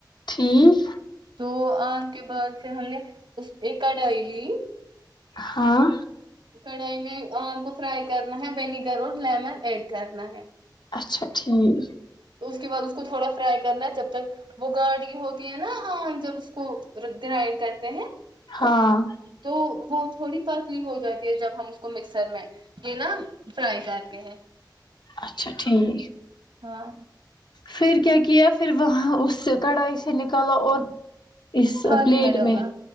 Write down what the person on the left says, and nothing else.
ٹھیک
ہاں
اچھا ٹھیک
ہاں
اچھا ٹھیک
پھر کیا کیا پھر وہاں اس سے کڑھائی سے نکالا اور اس
پلیٹ
میں